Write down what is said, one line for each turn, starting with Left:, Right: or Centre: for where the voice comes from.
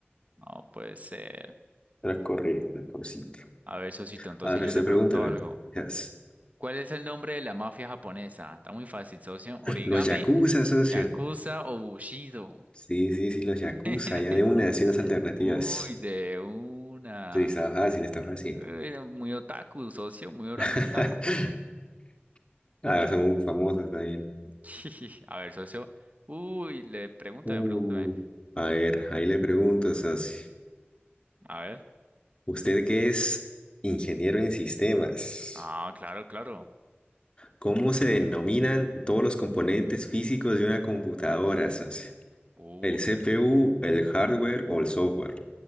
Right: No puede ser.
Left: Era correcto, cosito.
Right: A ver, socito, entonces
Left: Ahora
Right: yo
Left: usted
Right: le pregunto
Left: pregúnteme.
Right: algo.
Left: Yes.
Right: ¿Cuál es el nombre de la mafia japonesa? Está muy fácil, socio. ¿Origami,
Left: Los yakuza, socio.
Right: Yakuza o Bushido?
Left: Sí, sí, sí, los yakuza.
Right: <laughs>
Left: Ya de una, así unas alternativas.
Right: Uy, de una.
Left: Sí, está fácil, está fácil.
Right: Uy, muy otaku, socio, muy orangutaku.
Left: <laughs> Ah, son muy famosos también.
Right: <laughs> A ver, socio. Uy, le pregúntame,
Left: Uh,
Right: pregúntame.
Left: a ver, ahí le pregunto, socio.
Right: A ver.
Left: Usted que es ingeniero en sistemas,
Right: Ah, claro, claro.
Left: ¿cómo se denominan todos los componentes físicos de una computadora, socio?
Right: Uy,
Left: ¿El CPU, el hardware o el software?